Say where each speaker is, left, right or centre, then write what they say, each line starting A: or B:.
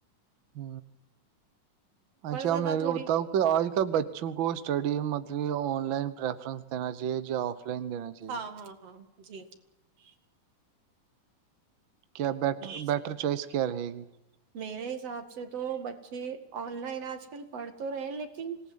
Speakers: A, on the right; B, on the right.
A: ہ
B: فرض
A: اچھا
B: ادا
A: میرے
B: تھوڑی
A: کو بتاؤ کہ آج کل بچوں کو اسٹڈی مطلب <unintelligible> آن لائن پرریفرنس دین چاہیے ج آف <unintelligible> لائن دینا چاہیے
B: ہاں
A: <unintelligible>
B: ہاں ہاں جی <unintelligible>
A: کیا بیٹر
B: ہاں،
A: بیٹر چوائس <unintelligible> کیا رہے گی <unintelligible>
B: میرے حساب سے تو بچے آن لائن آج کل پڑھ تو رہے لیکن